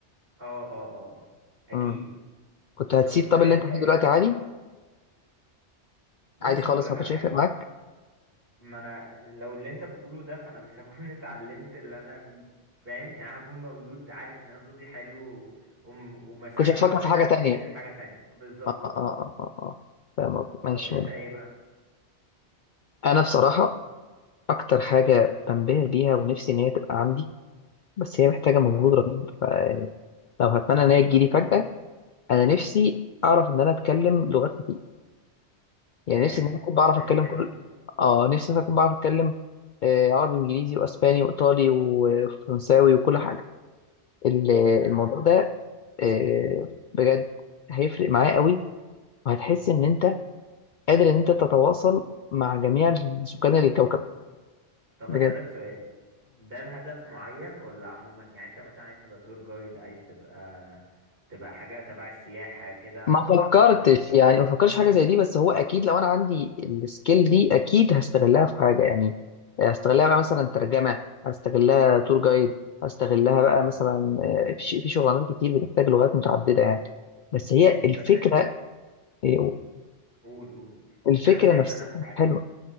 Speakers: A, on the right; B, on the left.
A: اه اه آه، اكيد
B: امم كنت هتسيب
A: طب
B: طب
A: انت
B: اللي انت فيه
A: ايه
B: دلوقتي عادي
A: بص
B: عادي خالص
A: هقولك
B: ما كانش
A: على حاجة
B: هيفرق معاك
A: ما انا لو اللي انت بتقوله ده فانا مش هكون <laughs> اتعلمت اللي انا فيه فاهم يعني هكون مولود عارف ان انا صوتي حلو و... وم- ومشاعري
B: كنت هتفكر
A: ما اتجهتش
B: في حاجة تانية
A: لحاجة تانية بالظبط
B: اه اه
A: اه
B: اه اه اه فاهم قصدك. ماشي
A: طب انت ايه بقى
B: انا بصراحة أكتر حاجة بنبهر بيها ونفسي إن هي تبقى عندي بس هي محتاجة مجهود
A: اه
B: رهيب فيعني لو هتمنى إن هي تجيلي فجأة أنا نفسي أعرف إن أنا أتكلم لغات كتير يعني
A: يا،
B: نفسي إن أنا أكون
A: تصدق
B: بعرف أتكلم
A: دي حلوة
B: كل
A: أوي.
B: آه نفسي إن أنا أكون بعرف أتكلم آه، عربي وإنجليزي وأسباني وإيطالي وفرنساوي وكل حاجة ال-
A: ده
B: الموضوع ده آه، بجد هيفرق معايا قوي وهتحس إن أنت قادر إن أنت تتواصل مع جميع سكان الكوكب
A: طب
B: بجد
A: هسألك سؤال ده الهدف معين ولا عموما يعني انت مثلا عايز تبقى تور جايد عايز تبقى تبقى حاجة تبع السياحة كده علشان
B: ما فكرتش
A: تعرف تتكلم مع-
B: يعني ما فكرتش في حاجه زي دي بس هو اكيد لو انا عندي السكيل دي اكيد هستغلها في حاجه يعني هستغلها بقى مثلا ترجمه هستغلها تور جايد هستغلها بقى
A: اه
B: مثلا آه، في ش- في شغلانات كتير بتحتاج لغات متعدده يعني بس هي الفكره
A: بس
B: آه،
A: قول قول
B: الفكره
A: يعني أنا شايف
B: نفسها
A: انا مش عارف
B: حلوه